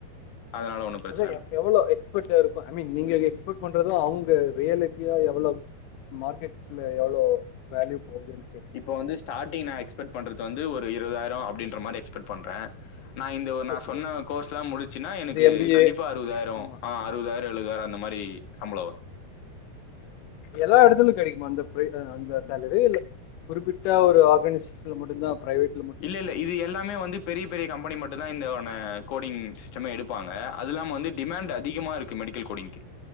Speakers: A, on the left (about 60°); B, on the left (about 80°).
A: அதனால ஒன்னு பிரச்சன
B: அதா
A: இல்ல
B: எவ்வளோ எக்ஸ்பர்ட்டு இருக்கு ஐ மீன் நீங்க எக்ஸ்பக்ட் பண்றது அவங்க ரியலிட்டியா எவ்ள மார்க்கெட்ல எவ்ளோ வேல்யூ போகுதுன்
A: இப்ப வந்து ஸ்டாட்டிங் நா எக்ஸ்பெக்ட் பண்றது வந்து ஒரு இருபதாயிர அப்டின்ற மாரி எக்ஸ்பெக்ட் பண்ற நா இந்த ஒ நா
B: ஓகே
A: சொன்ன கோர்ஸ்லா முடிஞ்ச்சுனா எனக்கு
B: இந்த எம் பி
A: கண்டிப்பா
B: ஏ
A: அறுபதாயிர
B: ஆமா
A: ஆ அறுபதாயிர டு எழுபதாயிர அந்த மாரி சம்பள வரு
B: எல்லா எடத்துலயு கெடைக்குமா அந்த பிரை ஆ அந்த சேலரி இல்ல குறிப்பிட்ட ஒரு ஆர்கனைஷேஷன்ல மட்டுந்தா பிரைவேட்
A: இல்ல இல்ல இது எல்லாமே வந்து பெரிய பெரிய கம்பெனி மட்டுந்தா இந்தோன கோடிங் சிஸ்டமே எடுப்பாங்க அது இல்லாம வந்து டிமாண்ட் அதிகமா இரு க்கு மெடிக்கல் கோடிங்க்கு